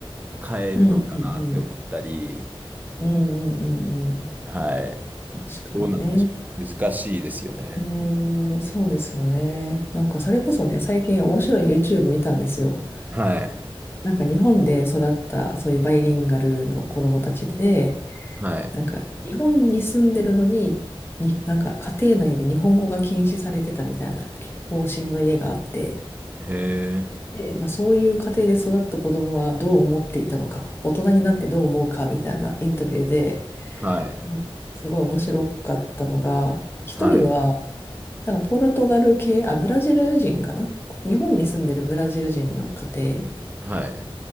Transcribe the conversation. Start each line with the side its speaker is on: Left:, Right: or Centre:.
Right: 変えるのかなって思ったり、
Left: うん、うん、うん、うん、うん、うん、うんうん、
Right: はい。
Left: 確かにね。
Right: どうなんでしょう。難しいですよね。
Left: えー、そうですよね。なんか、それこそね、最近面白い YouTube 見たんですよ。
Right: はい。
Left: なんか、日本で育った、そういうバイリンガルの子供たちで、
Right: はい。
Left: なんか、日本に住んでるのに、に、なんか家庭内で日本語が禁止されてたみたいな方針の家があって、
Right: へえ。
Left: で、まあ、そういう家庭で育った子供はどう思っていたのか、大人になってどう思うかみたいなインタビューで、
Right: はい。
Left: なんかすごい面白かったのが、一人は、
Right: はい。
Left: なんかポルトガル系、あ、ブラジル人かな日本に住んでるブラジル人の家庭
Right: はい。